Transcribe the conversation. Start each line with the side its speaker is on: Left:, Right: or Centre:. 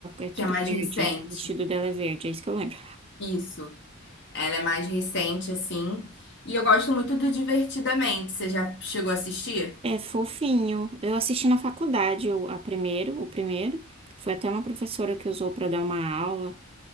Right: é tudo
Left: que é mais
Right: verde,
Left: recente.
Right: que o vestido dela é verde, é isso que eu lembro.
Left: Isso. Ela é mais recente, assim. E eu gosto muito do Divertidamente. Você já chegou a assistir?
Right: É fofinho. Eu assisti na faculdade o, a primeiro, o primeiro. Foi até uma professora que usou para dar uma aula.